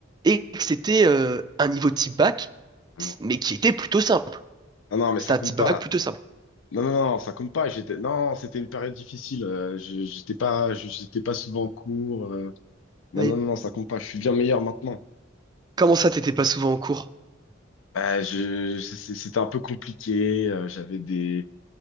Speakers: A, on the right; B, on the left.
A: et que c'était euh, un niveau type bac,
B: Ah non,
A: mais qui était plutôt simple.
B: non, non, mais
A: C'était
B: ça
A: un
B: compte
A: type
B: pas.
A: bac plutôt simple.
B: Non, non, non, ça compte pas. J'étais, non, c'était une période difficile. euh, je- j'étais pas, je- j'étais pas souvent en cours. euh, non,
A: Mais
B: non, non, non, ça compte pas. Je suis bien meilleur maintenant.
A: Comment ça, t'étais pas souvent en cours?
B: Bah, je, je- c'est- c'était un peu compliqué. euh, j'avais des,